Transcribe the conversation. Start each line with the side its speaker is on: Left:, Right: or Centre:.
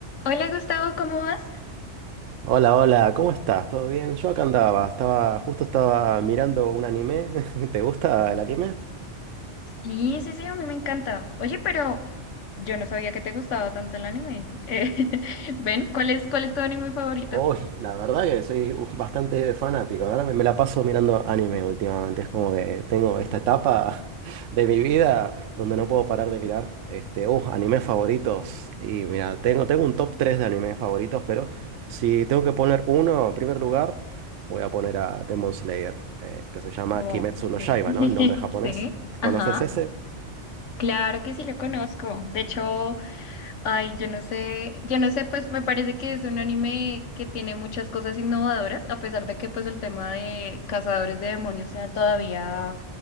Left: Hola Gustavo, ¿cómo vas?
Right: Hola, hola, ¿cómo estás? ¿Todo bien? Yo acá andaba, estaba, justo estaba mirando un anime. <laughs> ¿Te gusta el anime?
Left: Sí, sí, sí, a mí me encanta. Oye, pero yo no sabía que te gustaba tanto el anime. Eh, <laughs> ven, ¿cuál es, cuál es tu anime favorito?
Right: Oh, la verdad que soy uh, bastante fanático, ahora Me, me la paso mirando anime últimamente. Es como que tengo esta etapa <laughs> de mi vida donde no puedo parar de mirar. Este, uh, animes favoritos. Y mira, tengo, tengo un top 3 de animes favoritos, pero si tengo que poner uno en primer lugar, voy a poner a Demon Slayer, eh, que se llama
Left: Ok,
Right: Kimetsu no
Left: <laughs>
Right: Yaiba, ¿no? El nombre japonés.
Left: Sí, ajá,
Right: ¿Conoces ese?
Left: claro que sí lo conozco. De hecho, Ay, yo no sé, yo no sé, pues me parece que es un anime que tiene muchas cosas innovadoras, a pesar de que pues el tema de cazadores de demonios sea todavía,